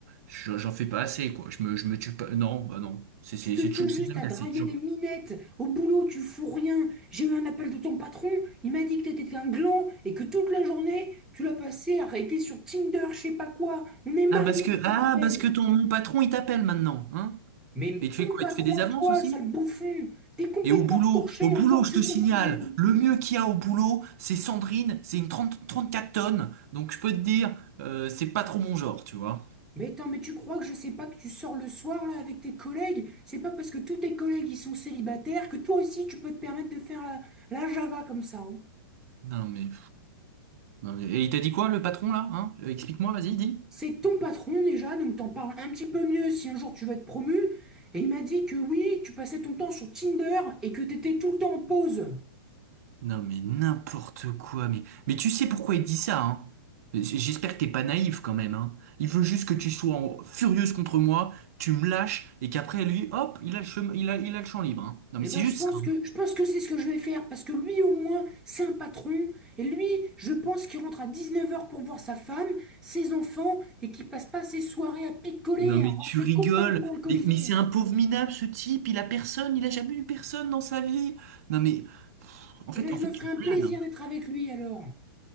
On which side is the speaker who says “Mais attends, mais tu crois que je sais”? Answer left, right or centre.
Centre